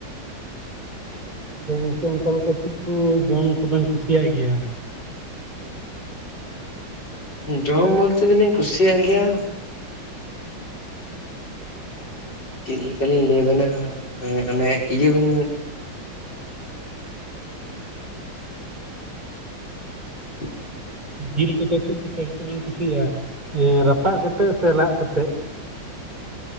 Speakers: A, on the right; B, on the left.
A: ᱟᱫᱚ ᱜᱚᱝᱠᱮ ᱚᱱᱠᱟ ᱞᱮᱠᱟ ᱪᱮᱫ ᱠᱚ ᱡᱚᱢ ᱠᱚᱵᱮᱱ ᱠᱩᱥᱤᱭᱟᱜ ᱜᱮᱭᱟ?
B: ᱡᱚᱢ ᱵᱚᱞᱛᱮ ᱫᱚᱞᱤᱧ ᱠᱩᱥᱤᱭᱟᱜ ᱜᱮᱭᱟ ᱪᱮᱫ ᱞᱮᱠᱟ ᱞᱤᱧ ᱞᱟᱹᱭᱟᱵᱮᱱᱟ ᱮᱸᱜ ᱚᱱᱮ ᱤᱭᱟᱹ ᱵᱮᱱ <inaudible>
A: ᱡᱤᱞ ᱠᱚᱫᱚ ᱪᱮᱫ ᱪᱮᱠᱟ ᱠᱟᱛᱮᱵᱮᱱ ᱠᱩᱥᱤᱭᱟᱜᱼᱟ ᱮᱸ ᱨᱟᱯᱟᱜ ᱠᱟᱛᱮᱜ ᱥᱮ ᱞᱟᱫ ᱠᱟᱛᱮᱜ?